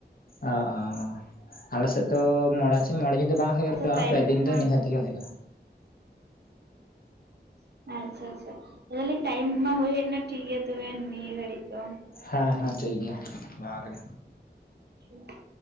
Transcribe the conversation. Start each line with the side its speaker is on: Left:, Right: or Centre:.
Left: ᱟᱻᱟᱻ ᱟᱞᱮ ᱥᱮᱫ ᱫᱚ ᱢᱚᱬᱮ ᱢᱚᱬᱮ ᱫᱤᱱ ᱫᱚ ᱵᱟᱝ ᱦᱳᱭᱳᱜ
Right: ᱟᱪᱪᱷᱟ
Left: ᱨᱮ ᱦᱚ
Right: ᱴᱟᱭᱤᱢ
Left: ᱯᱮ ᱫᱤᱱ
Right: ᱠᱚᱢᱟ
Left: ᱫᱚ ᱱᱤᱦᱟᱹᱛ ᱜᱮ ᱦᱩᱭᱩᱜ-ᱟ᱾
Right: <inaudible> ᱟᱪᱪᱷᱟ ᱟᱪᱪᱷᱟ ᱞᱟᱹᱭᱞᱤᱧ ᱴᱟᱭᱤᱢ ᱢᱟ ᱦᱩᱭ ᱦᱮᱡ ᱮᱱᱟ ᱴᱷᱤᱠ ᱜᱮᱭᱟ ᱛᱚᱵᱮ ᱱᱤᱭᱟᱹ ᱜᱷᱟᱹᱲᱤᱡ ᱫᱚ
Left: ᱦᱮᱸ
Right: ᱦᱩᱸ
Left: ᱦᱮᱸ ᱴᱷᱤᱠ ᱜᱮᱭᱟ ᱡᱚᱦᱟᱨ ᱜᱮ
Right: ᱴᱷᱤᱠ